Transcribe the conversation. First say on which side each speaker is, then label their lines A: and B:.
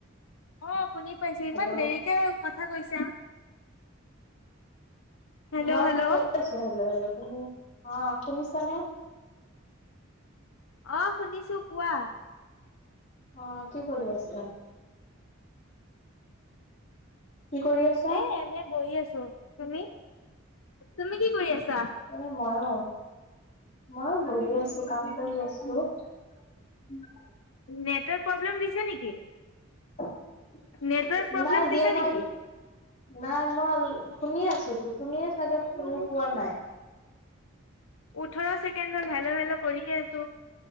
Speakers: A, on the left (about 80°); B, on the left (about 35°).
A: অ শুনি পাইছো
B: হেল্ল'
A: ইমান দেৰিকে কথা কৈছা হেল্ল'
B: মইটো
A: হেল্ল'
B: কই আছো হেল্ল হেল্ল অ শুনিছানে
A: অ শুনিছো কোৱা
B: আহ কি কৰি আছা কি কৰি আছা
A: এ এনেই বহি আছো তুমি তুমি কি কৰি আছা
B: এ মইয়ো মইয়ো বহি আছো কাম কৰি আছো, উম,
A: নেটৱৰ্ক প্ৰব্লেম দিছে নেকি?
B: অ
A: নেটৱৰ্ক
B: <unintelligible>
A: প্ৰব্লেম
B: নাই দিয়া
A: দিছে
B: মই
A: নেকি
B: নাই। মই শুনি আছো। ত তুমি চাগে পোৱা নাই।
A: উঠৰ চেক <unintelligible> কে হেলো-হেলো কৰিয়ে আছো।